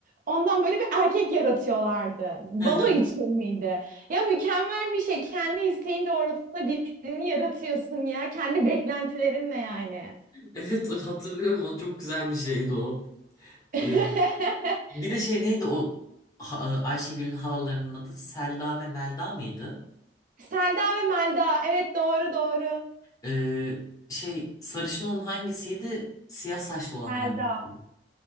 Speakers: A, on the right (about 45°); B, on the left (about 20°).
A: ondan böyle bir erkek yaratıyorlardı. Balo
B: Hı hı.
A: için miydi? Ya mükemmel bir şey. Kendi isteğin doğrultusunda birini yaratıyorsun ya. Kendi beklentilerinle yani.
B: Evet o- hatırlıyorum onu çok güzel bir şeydi o.
A: <laughs>
B: E, bir de şey neydi o Ha- Ayşegül'ün halalarının adı Selda ve Melda mıydı?
A: Selda ve Melda. Evet doğru doğru.
B: E, şey sarışın olan hangisiydi? Siyah saçlı olan
A: Selda.
B: hangisiydi?